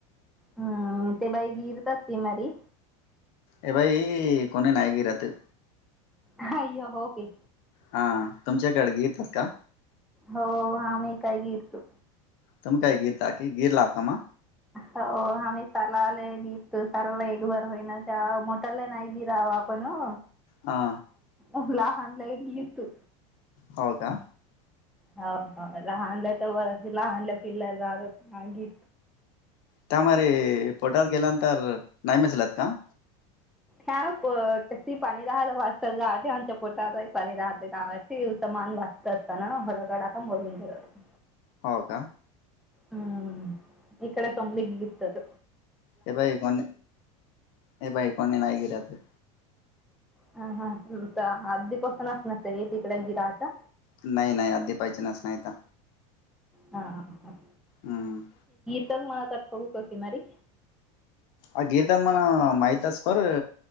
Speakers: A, in the centre; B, on the left.
A: हं. अं ते बाई गिरतात की मरी.
B: ए बई इ कोणी नायी गिरते.
A: हाय्यहोके.
B: हां हां तुमच्याकडे घे तात का?
A: हो आा मी काही घरतो
B: तम काय गीर ताकी गेर लाकामा
A: हो आम्ही तला आल गिरतो सलाला एक बार होईना मोटला नाही गिरावं आपण हो
B: हा
A: अला हलाईनलीू
B: हो का
A: हो हो लहानला तर बच लहानला पिल्लाला रागत मागी
B: त्यामर पटाद गेला तर नाही मिसलात का
A: हा ती पाणी राहायला वाजतात गाव आमच्या पोटा पाणी राहते गाव तचा मान वाजत असतना हडगडाता मरून घरत
B: हो का
A: हम्म इकडे समली गीतच
B: हे बाई को हे बाई कोने नाही गिरत
A: हम हा आधदीपसूनच नसरी तिकड गिराचा
B: नाही नाही आधी पाहिजेनच नाही तर
A: हा हा ह हा
B: हम्म
A: मनात ठवूक कि मारी
B: अ गिरटन मला माहिताजकर